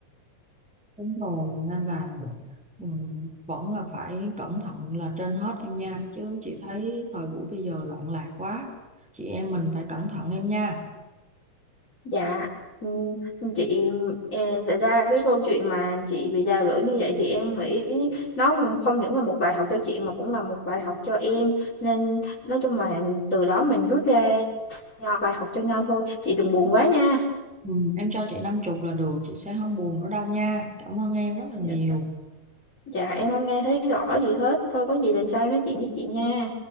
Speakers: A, in the centre; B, on the left.
A: đúng rồi nên là ừ, vẫn là phải cẩn thận là trên hết em nha chứ chị thấy thời buổi bây giờ loạn lạc quá chị em mình phải cẩn thận em nha
B: Dạ, ừ, chị e, thật ra cái câu chuyện mà chị bị đào lưỡi như vậy thì em nghĩ nó không những là một bài học cho chị mà cũng là một bài học cho em. Nên nói chung là từ đó mình rút ra nhau- bài học cho nhau thôi. Chị đừng buồn quá nha.
A: ừ, em cho chị năm chục là được chị sẽ không buồn nữa đâu nha cảm ơn em rất là
B: Dạ,
A: nhiều
B: dạ em không nghe thấy rõ gì hết. Thôi có gì lần sau em nói chuyện với chị nha.